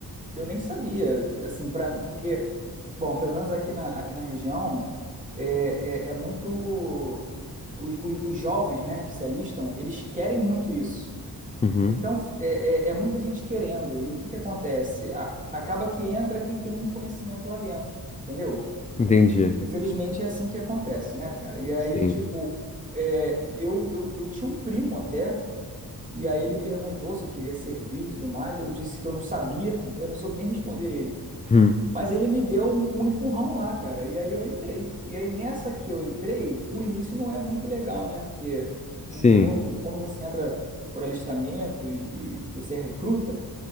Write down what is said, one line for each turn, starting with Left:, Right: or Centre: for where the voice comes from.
Right: eu nem sabia, assim, para porque, bom, pelo menos aqui na, aqui na região é, é, é muito os, os, os jovens, né, que se alistam, eles querem muito isso.
Left: uhum,
Right: Então é, é, é muita gente querendo. E o que que acontece? A- acaba que entra quem tem um conhecimento lá dentro, entendeu?
Left: entendi.
Right: Infelizmente é assim que acontece, né, cara? E aí,
Left: Sim.
Right: tipo, é, eu, eu, eu tinha um primo até. E aí ele perguntou se eu queria servir e tudo mais. Eu disse que eu não sabia, <laughs> eu não soube nem responder ele.
Left: Hum,
Right: Mas ele me deu um, um empurrão lá, cara. E aí eu entrei. E aí nessa que eu entrei, o início não é muito legal, né? Porque
Left: Sim.
Right: um, quando, quando você entra por alistamento e, e você é recruta,